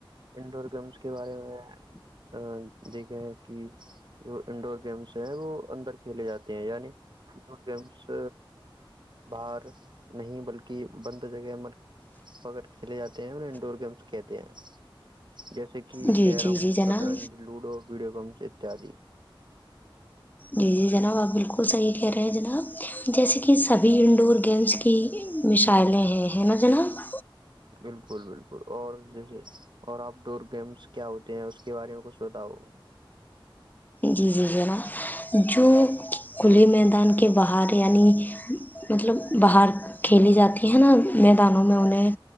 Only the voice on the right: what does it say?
انڈور گیمس کے بارے میں دیکھے کہ جو انڈور گیمس ہے وہ اندر کھیلے جاتے ہیں یعنی انڈور گیمس باہر نہیں بلکہ بند جگہر پک کھیلے جاتے ہیں انڈور گیمس کہتے ہیں جیس سک
کیرم
شطرنج لوڈو ویڈیو گمس کیا
بالکل بالکل اور جیسے اور آپ ڈور گیمس کیا ہوتے ہیں اس کے بارے میں کچھ بتاؤ